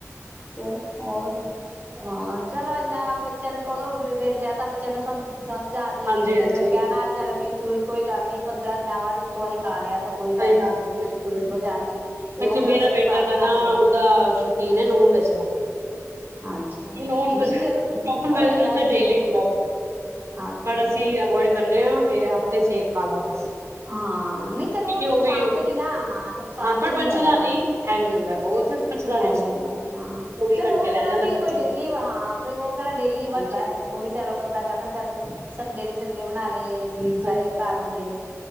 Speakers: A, on the right; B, on the right.
A: ਚਲੋ ਹੋਰ ਸਲਾਦ ਚਲੋ ਏਨਾ ਬਤ ਬੱਚਿਆਂ ਨੂੰ ਕਦੋਂ ਫਿਰ ਵੇਖਿਆ ਤਾਂ ਬੱਚਿਆਂ ਸਮਝ ਸਮਝ ਆ ਜਾਏਗੀ
B: ਹਾਂਜੀ
A: ਤੇ
B: ਹਾਂਜੀ
A: ਫਿਰ ਕਹਿਣਾ ਚੱਲ ਵੀ ਤੂੰ ਕੋਈ ਗੱਲ ਨੀ ਪੰਦਰਾਂ ਦਿਨਾਂ ਬਾਅਦ ਇੱਕ ਵਾਰੀ ਖਾ ਲਿਆ ਤਾਂ ਕੋਈ
B: ਸਹੀ ਗੱਲ
A: ਨੀ
B: ਬਿਲਕੁਲ ਬਿਲਕੁਲ
A: ਬਜ਼ਾਰੀ ਤੇ
B: ਅਜੀ
A: ਓਦਾਂ
B: ਮੇਰਾ
A: ਤੁਹਾਨੂੰ
B: ਬੇਟਾ
A: ਘਰ
B: ਦਾ
A: ਬਣਾ
B: ਨਾ
A: ਕੇ ਦੇਣਾ
B: ਉਹਦਾ ਸ਼ੌਕੀਨ ਹੈ ਨੂਨ ਨੋਨ ਵੇਜ ਦਾ
A: ਅੱਛਾ
B: ਪ੍ਰੋਪਰ ਨੋਨ
A: ਨੀ
B: ਵੇਜ
A: ਫੇਰ ਉਹ ਤੇ
B: ਔਨੂ ਚਾਹੇ
A: ਬੈਸਟ
B: ਡੇਲੀ
A: ਹੀ ਹੈ
B: ਖਵਾਓ,
A: ਅੱਛਾ
B: ਪਰ ਅਸੀ ਅਵੋਇਡ ਕਰਨੇ ਆਂ ਤੂ ਤੇ ਹਫ਼ਤੇ ਚ ਇਹ ਖਾ ਲੈ ਬਸ
A: ਆਂ ਹਾਂ ਨਹੀ ਚਲੋ
B: ਕਿਉਂਕਿ
A: ਨੁਕਸਾਨ
B: ਉਹ ਵੀ
A: ਤੇ ਨੀ ਨਾ ਹਾਂ ਨੁਕਸਾਨ ਤੇ
B: ਪਰ
A: ਨੀ
B: ਪੱਛਦਾ
A: ਹੈਗਾ ਨਾ
B: ਨੀ ਹੈਵੀ ਹੁੰਦਾ ਬਹੁਤ ਪੱਛਦਾ ਨੀ
A: ਹੈਵੀ
B: ਉਹ ਸੋਫਾ
A: ਹੁੰਦਾ ਹਾਂ
B: ਚੌਵੀ
A: ਚਲੋ
B: ਘੰਟੇ
A: ਉਹ ਕਿਹੜਾ
B: ਲੈ ਜਾਂਦਾ
A: ਵੀ
B: ਪੱਛਣ
A: ਕੋਈ ਡੇਲੀ
B: ਤੋਂ
A: ਹਾਂ ਉਹ ਕਿਹੜਾ ਡੇਲੀ ਬਣਦਾ
B: ਹਾਂਜੀ
A: ਹੈ ਉਹ ਵੀ ਚੱਲ ਬੰਦਾ ਕਹਿੰਦਾ ਚੱਲ ਸੰਡੇ ਦੀ ਸੰਡੇ ਬਣਾ ਲਏ ਵੀ ਸਾਰੇ
B: ਹਾਂਜੀ
A: ਘਰ ਹੁੰਦੇ ਨੇ